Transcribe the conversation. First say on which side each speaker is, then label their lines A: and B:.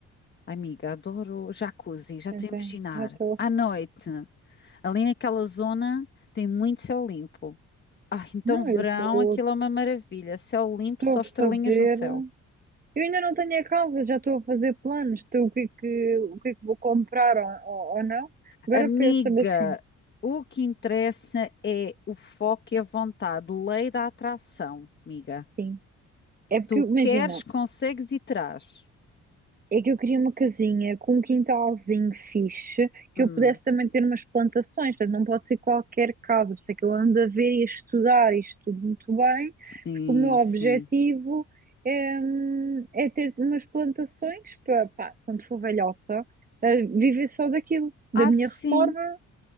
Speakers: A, on the left; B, on the right.
A: amiga, adoro jacuzzi, já estou
B: Então,
A: a imaginar.
B: já estou.
A: À noite, ali naquela zona tem muito céu limpo. Ah, então
B: Não,
A: verão,
B: eu estou
A: aquilo é uma maravilha. Céu limpo,
B: estou
A: só estrelinhas
B: a fazer.
A: no céu.
B: Eu ainda não tenho a casa, já estou a fazer planos de o que é que, o que é que vou comprar ou, ou, ou não. Agora
A: Amiga,
B: pensa, mas sim,
A: o que interessa é o foco e a vontade. Lei da atração, amiga.
B: sim. É porque,
A: Tu
B: imagina,
A: queres, consegues e terás.
B: é que eu queria uma casinha com um quintalzinho fixe,
A: Hum,
B: que eu pudesse também ter umas plantações, portanto não pode ser qualquer casa, por isso é que eu ando a ver e a estudar isto tudo muito bem,
A: sim,
B: porque o meu objetivo
A: sim.
B: é, hum, é ter umas plantações para, pá, quando for velhota, eh, viver só daquilo, da
A: Ah,
B: minha
A: sim.
B: reforma